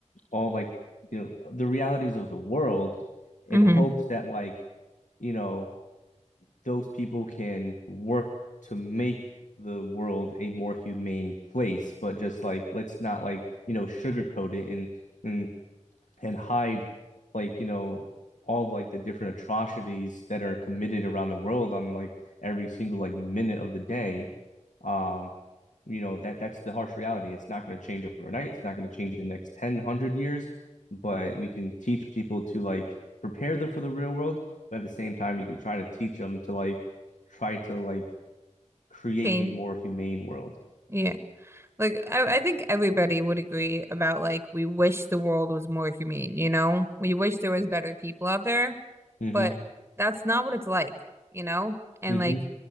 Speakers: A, on the left; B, on the right.
A: all like you know the realities of the world in
B: Mm-hmm.
A: hopes that like you know those people can work to make the world a more humane place but just like let's not like you know sugarcoat it and and and hide like you know all of, like the different atrocities that are committed around the world on like every single like minute of the day um you know that that's the harsh reality it's not going to change overnight it's not going to change in the next 10 one hundred years but we can teach people to like prepare them for the real world but at the same time you can try to teach them to like try to like create
B: Change,
A: a more humane world
B: yeah. Like, I, I think everybody would agree about like we wish the world was more humane, you know? We wish there was better people out there,
A: mm-hmm
B: but that's not what it's like, you know? And
A: mm-hmm
B: like